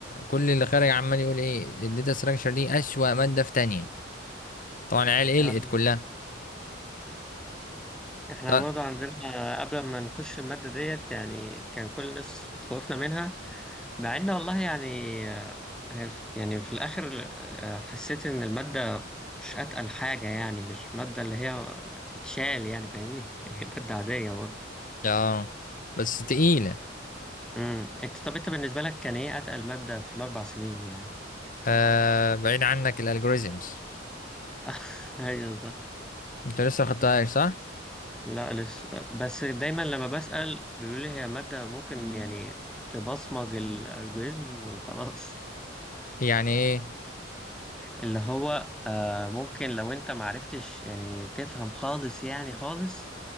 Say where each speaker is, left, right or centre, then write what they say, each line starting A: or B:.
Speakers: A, on the left; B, in the centre.
A: كل اللي خارج عمال يقول ايه الداتا ستراكشر دي اسوأ مادة في تانية طبعا العيال
B: آه.
A: قلقت كلها
B: احنا
A: طب
B: برضه عندنا قبل ما نخش المادة ديت يعني كان كل الناس بتخوفنا منها مع ان والله يعني آه، هي ف- يعني في الاخر آه، حسيت ان المادة مش اتقل حاجة يعني مش مادة اللي هي تتشال يعني فاهمني <laughs> هي مادة عادية برضه
A: يا بس تقيلة
B: امم انت طب انت بالنسبة لك كان ايه اتقل مادة في الاربع سنين يعني
A: آه بعيد عنك الالجوريزمز
B: <laughs> ايوه صح
A: انت لسه خدتهاش صح
B: لا لسه بس دايما لما بسأل بيقولوا لي هي مادة ممكن يعني تبصمج الالجوريزم وخلاص
A: يعني ايه
B: اللي هو آه ممكن لو انت معرفتش يعني تفهم خالص يعني خالص